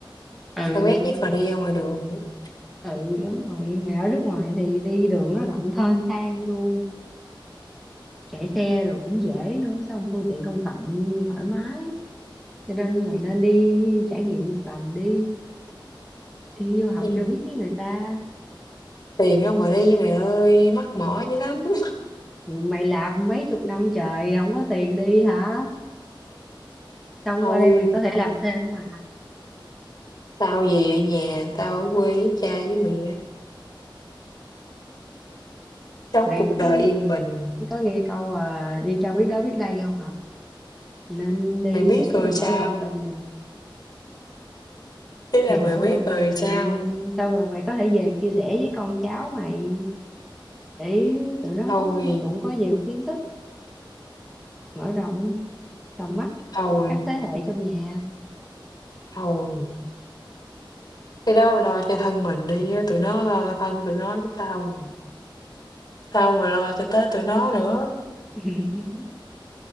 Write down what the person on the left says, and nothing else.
Tao quét nhất là đi ra ngoài đường. á.
Ừ.
Tiền đâu mà đi mày ơi, mắc mỏ dữ lắm. <laughs>
Thôi,
tao về nhà, tao ở quê với cha với mẹ, sống
cuộc đời
yên bình.
Mày biết
rồi sao?
Thế là
mày
biết
rồi
sao?
Thôi,
thôi,
thôi. Cái đó lo cho thân mình đi, á, tụi nó lo cho thân tụi nó với tao Sao mà lo cho tới tụi nó nữa.